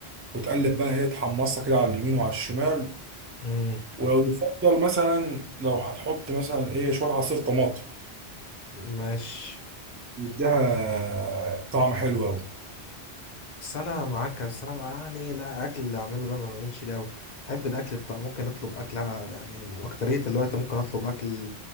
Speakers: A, on the right (about 20°); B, on the left (about 50°).
A: وتقلب بقى ايه تحمصها كده على اليمين وعلى الشمال
B: امم
A: ولو يفضل مثلا لو هتحط مثلا ايه شوية عصير طماطم
B: ماشي
A: يديها طعم حلو أوي
B: بس انا معاك بس انا بقى يعني لا اكل اللي اعمله ده ما بعملش ليه قوي احب الاكل بتاع ممكن اطلب اكل يعني اكترية الوقت ممكن اطلب اكل